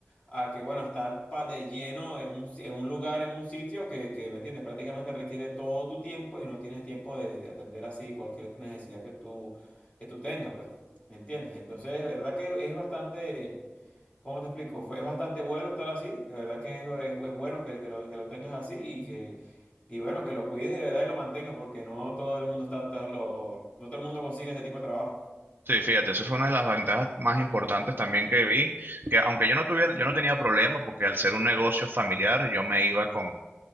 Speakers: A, on the left; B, on the right.
A: a que, bueno, estar pa- de lleno en un, si- en un lugar, en un sitio que, que, ¿me entiendes? Prácticamente requiere todo tu tiempo y no tienes tiempo de, de atender así cualquier necesidad que tú, que tú tengas, pues, ¿me entiendes? Entonces, verdad que es bastante... ¿Cómo te explico? Fue, es bastante bueno estar así, de verdad que es, es- es bueno que, que lo, que lo tengas así y que y bueno, que lo cuides de verdad y lo mantengas porque no todo el mundo está, está lo- no todo el mundo consigue ese tipo de trabajo.
B: Sí, fíjate, eso fue una de las ventajas más importantes también que vi, que aunque yo no tuviera, yo no tenía problema porque al ser un negocio familiar, yo me iba con,